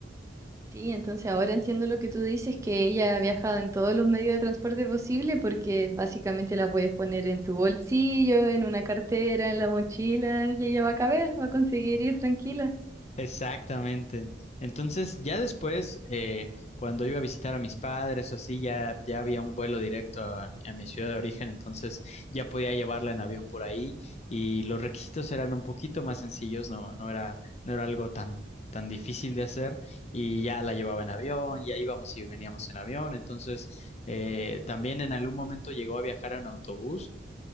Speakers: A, on the right; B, on the left.
A: Sí, entonces ahora entiendo lo que tú dices, que ella ha viajado en todos los medios de transporte posible porque básicamente la puedes poner en tu bolsillo, en una cartera, en la mochila y ella va a caber, va a conseguir ir tranquila.
B: Exactamente. Entonces, ya después, eh, cuando iba a visitar a mis padres o así, ya, ya había un vuelo directo a, a mi ciudad de origen, entonces ya podía llevarla en avión por ahí y los requisitos eran un poquito más sencillos, no, no era, no era algo tan, tan difícil de hacer y ya la llevaba en avión, ya íbamos y veníamos en avión, entonces eh, también en algún momento llegó a viajar en autobús.